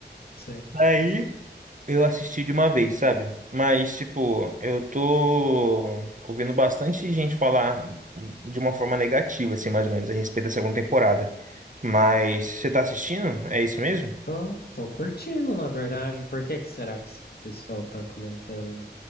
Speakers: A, on the left (about 60°); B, on the right (about 45°).
A: Sim.
B: aí. Eu assisti de uma vez, sabe? Mas, tipo, eu tô ouvindo bastante gente falar de uma forma negativa, assim, mais ou menos, a respeito da segunda temporada. Mas você tá assistindo? É isso mesmo?
A: Tô, tô curtindo, na verdade. Por que que será que esse pessoal tá comentando?